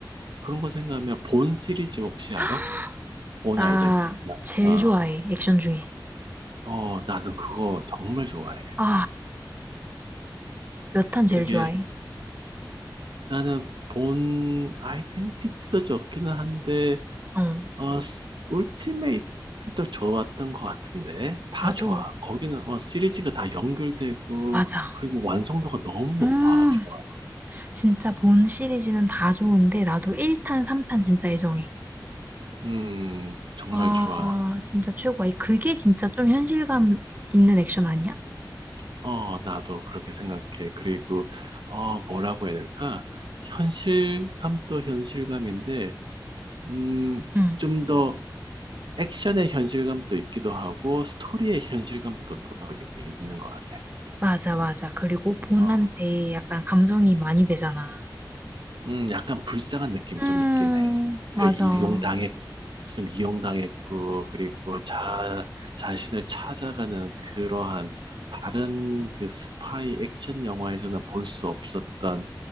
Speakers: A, on the right; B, on the right.
A: 그런 거 생각하면 본 시리즈 혹시 알아?
B: <gasps>
A: 본
B: 나
A: 아이덴티티.
B: 제일
A: 아,
B: 좋아해, 액션 중에.
A: 어, 나는 그거 정말 좋아해.
B: 아, 몇 탄 제일
A: 그게
B: 좋아해.
A: 나는 본 아이덴티티도 좋기는 한데
B: 응,
A: 어, 스- 울티메이트도 좋았던 것 같은데, 다
B: 나도,
A: 좋아. 거기는, 어, 시리즈가 다 연결되고,
B: 맞아.
A: 그리고 완성도가 너무 높아.
B: 음,
A: 좋아.
B: 진짜 본 시리즈는 다 좋은데, 나도 1탄, 3탄 진짜 애정해.
A: 음, 정말
B: 아,
A: 좋아.
B: 진짜 최고야. 그게 진짜 좀 현실감 있는 액션 아니야?
A: 어, 나도 그렇게 생각해. 그리고, 어, 뭐라고 해야 될까? 현실감도 현실감인데, 음,
B: 응.
A: 좀 더 액션의 현실감도 있기도 하고, 스토리의 현실감도 또 있는 것 같아.
B: 맞아, 맞아. 그리고 본한테
A: 어,
B: 약간 감정이 많이 되잖아.
A: 음, 약간 불쌍한 느낌이
B: 음,
A: 좀 있긴 해.
B: 맞아.
A: 그 이용당해
B: 어,
A: 좀 이용당했고, 그리고 자, 자신을 찾아가는 그러한 다른 그 스파이 액션 영화에서는 볼 수 없었던